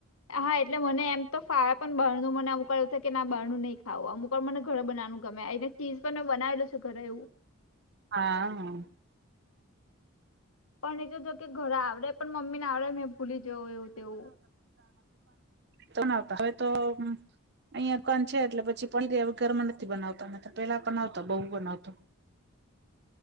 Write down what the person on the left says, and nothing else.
હા એટલે મને એમ તો ફાવે પણ બારણું મને આમ કહ્યું છે કે બહાર નું નહીં ખાવું અમુક પણ મને ઘરે બનાવાનું ગમે એને ચીઝ પણ મેં બનાવેલું છે ઘરે એવુ
પણ ની તો જો કે ઘરે આવડે પણ મમ્મી ને આવડે મેં ભૂલી જઉં એવું તેવુ